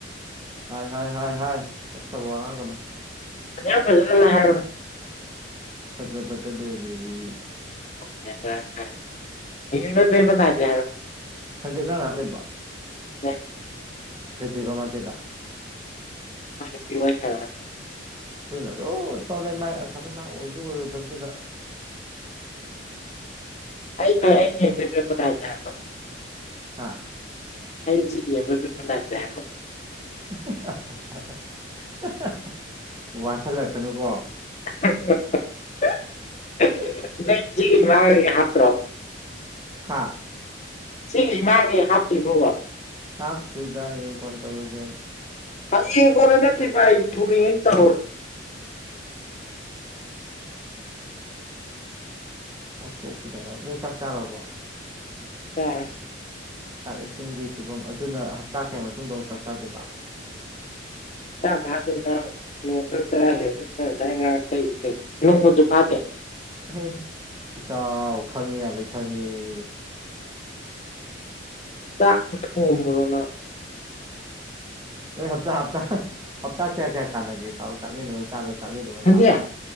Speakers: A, on the right; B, on the left.
A: ꯍꯥꯏ- ꯍꯥꯏ- ꯍꯥꯏ - ꯍꯥꯏ ꯄꯛꯇꯕ ꯋꯥ ꯉꯥꯡꯒꯅꯨ꯫
B: <unintelligible>
A: ꯐꯖꯕꯗ ꯂꯣꯏꯔꯦ!
B: <unintelligible> ꯌꯦꯡꯕꯩ ꯄꯦꯟꯕꯥ ꯅꯥꯏꯗꯔ꯭ꯦ ꯍꯥꯏꯔꯛ ꯑꯣ꯫
A: ꯁꯟꯖꯤꯠ ꯅꯪ ꯅꯥꯛ ꯂꯩꯕꯔ꯭?
B: <unintelligible>
A: ꯀꯩꯗꯩꯕ ꯃꯥꯗꯤ ꯑꯗꯥ꯫
B: ꯃꯥꯏ ꯅꯨꯄꯤ ꯋꯥꯔꯤ ꯁꯅꯔꯤ
A: ꯑꯗꯨꯅ ꯑꯗꯨꯝ ꯇꯧꯔ ꯃꯥꯏ ꯑꯁꯥꯂꯇꯥ ꯑꯣꯏꯁꯨ ꯑꯣꯏꯔꯣꯏꯗꯕꯗꯨꯗ꯫
B: <unintelligible>
A: ꯍꯥ
B: <unintelligible>
A: ꯍꯥ ꯍꯥꯥ ꯍꯥ ꯋꯥꯁꯤꯜꯂꯛꯀꯅꯨꯀꯣ
B: <unintelligible>
A: <unintelligible>
B: <unintelligible>
A: ꯍꯥꯥ
B: <unintelligible>
A: ꯍꯥꯞꯇ꯭ꯔꯤꯗ ꯍꯌꯦꯡ ꯀꯣꯟ ꯇꯧꯔꯒꯦꯅ꯫
B: ꯍꯌꯦꯡ ꯀꯣꯟꯅꯥ ꯅꯠꯇꯦ ꯚꯥꯏ ꯊꯨꯔꯤꯉꯩ ꯇꯧꯍꯧꯔꫭ
A: <unintelligible> ꯆꯥꯛ ꯇꯣꯛꯄꯗ ꯉꯥꯏ ꯅꯣꯏ ꯆꯥꯛ ꯆꯥꯔꯕꯣ?
B: ꯆꯥꯔꯥꯔꫭꯏ
A: ꯆꯥꯛ ꯏꯁꯤꯡꯒꯤ ꯐꯤꯕꯝ ꯑꯗꯨꯅ ꯍꯞꯇꯥ ꯀꯌꯥꯏ ꯃꯇꯨꯡꯗ ꯑꯃꯨꯛ ꯆꯥꯛ ꯆꯥꯗꯣꯏꯕ
B: ꯍꯞꯇꯥ ꯐꯥꯗꯦ ꯅꯥꯕ ꯅꫭꯡꯃꯇꯪ ꯆꯔꯥ ꯍꯦꯟꯕꯩ ꯅꯪ ꯑꯗꯥꯏ ꯉꯥꯡ ꯁꯛꯏꯗꫭ ꯀꯩꯅꫭ ꯅꫭꯡꯃꯖꯨ ꯐꯥꯗꯦ
A: ꯑꯍꯦ ꯏꯇꯥꯎ ꯈꯪꯉꯦ ꯌꯥꯔꯦ ꯈꯪ ꯉꯦ ꯫
B: ꯆꯥꯛꯅ ꯊꫭꯝꯃꯨꯔꫭ ꯅꯪ?
A: ꯅꯣꯏ ꯍꯞꯇꯥ - ꯍꯞꯇꯥ ꯍꯞꯇꯥ ꯀꯌꯥ- ꯀꯌꯥ ꯀꯥꯟꯅꯒꯦ ꯏꯇꯥꯎ ꯆꯥꯛꯂꯦꯟ ꯑꯃ ꯆꯥꯔ ꯆꯥꯛꯂꯦꯟ ꯑꯃ
B: ꯁꯟꯗꯤ
A: ꯆꯥꯕꯗ